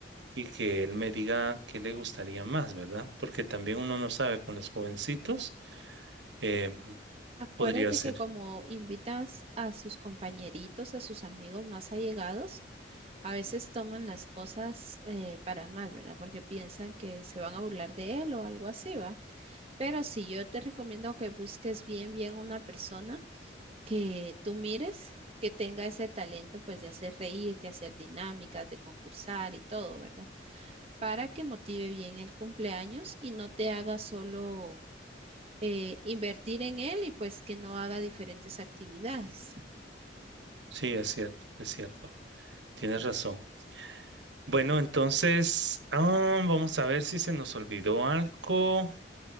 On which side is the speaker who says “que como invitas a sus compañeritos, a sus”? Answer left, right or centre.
Right